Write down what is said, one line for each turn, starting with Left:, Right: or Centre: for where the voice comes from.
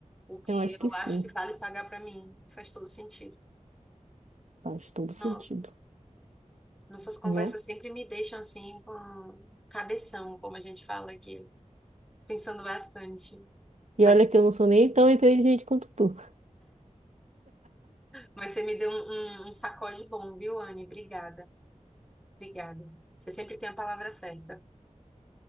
Centre: O que
Right: Eu acho
Centre: eu
Right: que sim,
Centre: acho que vale pagar pra mim. Faz todo sentido.
Right: faz todo
Centre: Nossa,
Right: sentido,
Centre: nossas conversas
Right: né?
Centre: sempre me deixam assim com cabeção, como a gente fala aqui, pensando bastante.
Right: E
Centre: Mas,
Right: olha que eu não sou nem tão inteligente quanto tu.
Centre: mas você me deu um, um, um sacode bom, viu, Anne? Obrigada, obrigada. Você sempre tem a palavra certa.